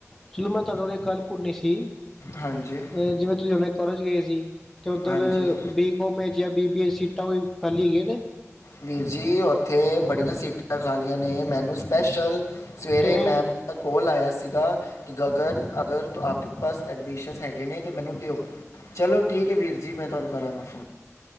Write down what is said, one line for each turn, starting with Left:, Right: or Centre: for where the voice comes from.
Centre: ਚਲੋ ਮੈਂ ਤਾਨੂੰ ਇਕ ਗੱਲ ਭੂਰਨੀ ਸੀ ਅਹ
Left: ਹਾਂਜੀ
Centre: ਜਿਵੇਂ- ਜਿਵੇ ਕੋਲਜ ਗਏ ਸੀ ਤੇ ਉੱਧਰ
Left: ਹਾਂਜੀ
Centre: ਬੀਕੋਮ- ਬੀਬੀ ਸੀਟਾਂ ਵੀ ਖਾਲੀ ਹੈਗੀ ਆ ਨੇ?
Left: ਵੀਰ ਜੀ ਉੱਥੇ ਬੜੀਆਂ ਸੀਟਾਂ ਖਾਲੀਆਂ ਨੇ ਮੈਨੂੰ ਸਪੈਸ਼ਲ ਸਵੇਰੇ
Centre: ਤੇ
Left: ਮੈਮ ਦਾ ਕੋਲ ਆਇਆ ਸੀਗਾ ਕਿ ਗਗਨ ਅਗਰ ਤੋ ਆਪਕੇ ਪਾਸ ਐਡਮਿਸ਼ਨ ਹੈਗੇ ਨੇ ਤੇ ਮੈਨੂੰ ਦੇਓ। ਚਲੋ ਠੀਕ ਏ ਵੀਰ ਜੀ ਮੈਂ ਤੁਆਨੂੰ ਕਰਾਂਗਾ ਫੋਨ।